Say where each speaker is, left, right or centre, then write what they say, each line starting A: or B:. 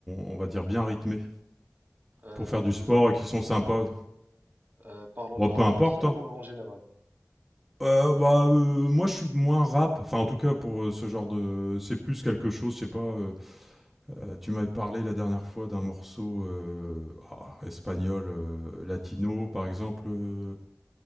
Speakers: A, in the centre; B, on the right.
A: on va dire bien rythmés
B: Euh,
A: pour faire
B: de,
A: du sport et qui sont sympas.
B: euh, parlons
A: Bon
B: de
A: peu
B: rap
A: importe.
B: français ou
A: hein.
B: euh, en général?
A: Euh, bah, euh, moi, je suis moins rap. Enfin, en tout cas, pour euh, ce genre de. C'est plus quelque chose, je sais pas. euh, euh, tu m'avais parlé la dernière fois d'un morceau euh, ah, espagnol, euh, latino, par exemple. euh,